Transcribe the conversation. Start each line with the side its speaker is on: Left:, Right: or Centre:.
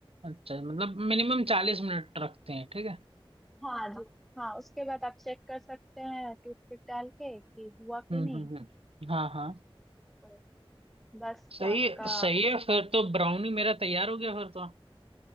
Right: अच्छा मतलब मिनिमम चालीस मिनट रखते हैं ठीक है
Centre: हाँ जी हाँ उसके बाद आप चेक कर सकते हैं टूथपिक डाल के कि हुआ कि
Right: हम्म
Centre: नहीं
Right: हम्म हम्म हाँ हाँ
Centre: तो बस
Right: सही
Centre: आपका
Right: सही है फिर तो ब्राउनी मेरा तैयार हो गया फिर तो